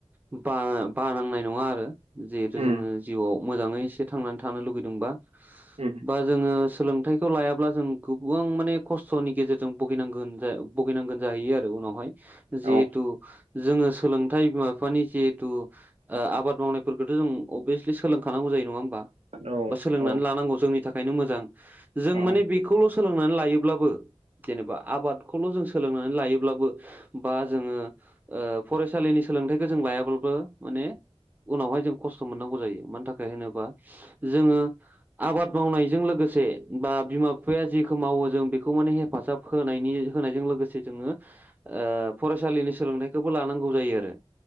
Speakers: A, on the right (about 15°); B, on the right (about 75°).
A: ब ब नांनाय नङा आरो। जिहेथु
B: उम
A: जोङो जिउआव मोजाङै एसे थांनानै थानो लुगैदोंबा।
B: ए।
A: बा जोङो सोलोंथाइखौ लायाब। ब्ला जों गोबां माने खस्थ'नि गेजेरजों बुगिनांगोन भुगिनांगोन जाहैयो आरो उनावहाय। जिहेथु
B: औ
A: जोङो सोलोंथाइ बिमा बिफानि जिहेतु। आबाद मावनायफोरखौथ' जों अभियासलि सोलोंखानांगौ जायो नङा होमबा।
B: औ
A: बा सोलोंनानै
B: औ
A: लानांगौ जोंनि थाखायनो मोजां जों
B: औ
A: माने बेखौल' सोलोंनानै लायोब्लाबो। जेनेबा आबादखौल' जों सोलोंनानै लायोब्लाबो बा जोङो। फरायसालिनि सोलोंथाइखौ जों लायाब्लाबो माने। उनावहाय जों खस्थ' मोननांगौ जायो मानि थाखाय होनोबा। जोङो आबाद मावनायजों लोगोसे बा बिमा। बिफाया जिेखौ मावो जों बेखौ माने हेफाजाब होनायनि होनायजों लोगोसे जोङो। ओ फरायसालिनि सोलोंथाइखौबो लानांगौ जायो आरो।